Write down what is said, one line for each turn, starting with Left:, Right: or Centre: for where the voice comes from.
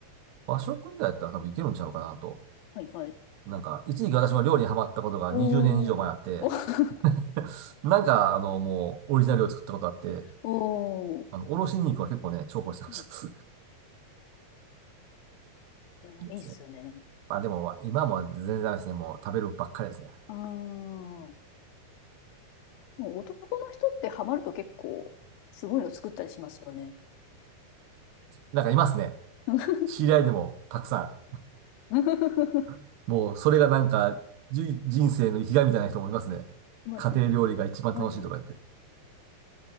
Right: 和食以外だったら多分いけるんちゃうかなと。
Left: はいはい。
Right: なんか、一時期私も料理にハマったことが20年以上前あって、
Left: おー。<laughs>
Right: <laughs> なんか、あの、もう、オリジナルを作ったことあって、
Left: おお。
Right: あの、おろし肉は結構ね、重宝してました。
Left: うん
Right: <laughs>
Left: いや、
Right: いいですね
Left: いいっすよね。
Right: まあでも、今も全然ダメですね。もう食べるばっかりですね。
Left: ああ。もう男の人ってハマると結構、すごいの作ったりしますよね。
Right: なんかいますね。
Left: <laughs>
Right: 知り合いでもたくさ
Left: <laughs>
Right: ん。もうそれがなんか、じゅ人生の生きがいみたいな人もいますね。
Left: いますね。
Right: 家庭料理が一番楽しいとか言って。
Left: はいはい。